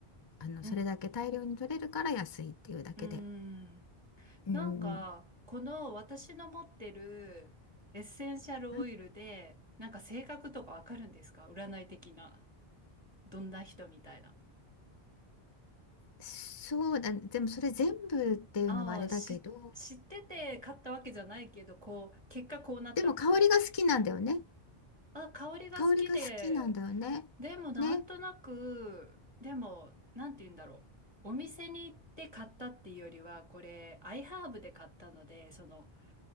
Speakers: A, on the left; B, on the right.
A: あのそれだけ大量に取れるから安いっていうだけで。
B: うん。うん。
A: うんうんうん。
B: なんか、この私の持ってるエッセンシャルオイルで、
A: うん
B: なんか性格とかわかるんですか占い的な。どんな人みたいな。
A: そうだね、でもそれ全部っていうのはあれだけど、
B: ああ、し、知ってて買ったわけじゃないけど、こう、結果こうなったみたいな。
A: でも香りが好きなんだよね。
B: あ、香りが好きで、
A: 香りが好きなんだよね。
B: でもなんとなく、
A: ね。
B: でも、なんて言うんだろう。お店に行って買ったっていうよりは、これ、アイハーブで買ったので、その、